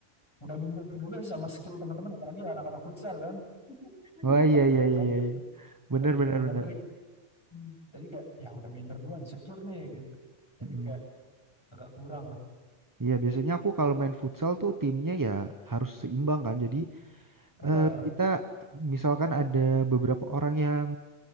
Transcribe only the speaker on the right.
Oh iya
iya iya iya. iya. Bener
bener
bener.
Mm-mm.
Iya biasanya aku kalau main futsal tuh timnya ya harus seimbang kan. Jadi
eh, kita misalkan ada beberapa orang yang